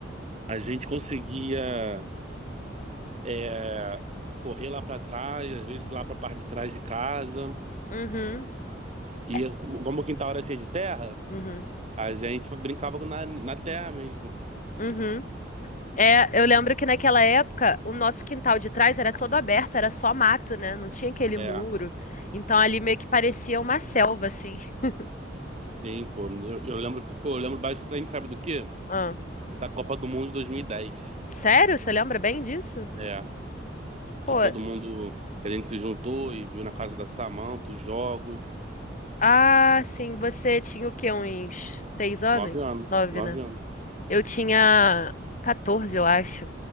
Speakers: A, on the right; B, on the left.
A: A gente conseguia é, correr lá pra trás, às vezes lá pra parte de trás de casa.
B: Uhum.
A: E
B: É,
A: como o quintal era cheio de terra,
B: uhum.
A: A gente brincava na, na terra mesmo.
B: Uhum. É, eu lembro que naquela época o nosso quintal de trás era todo aberto, era só mato, né? Não tinha aquele
A: É,
B: muro. Então ali meio que parecia uma selva, assim. <laughs>
A: sim, pô. Eu, eu lembro, pô, eu lembro bastante, sabe do quê?
B: Ah.
A: Da Copa do Mundo de 2010.
B: Sério? Você lembra bem disso?
A: É,
B: Pô,
A: que todo mundo, que a gente se juntou e viu na casa da Samantha os jogos.
B: ah, sim, você tinha o quê? Uns seis anos?
A: Nove anos,
B: Nove,
A: nove
B: né?
A: anos.
B: Eu tinha 14, eu acho.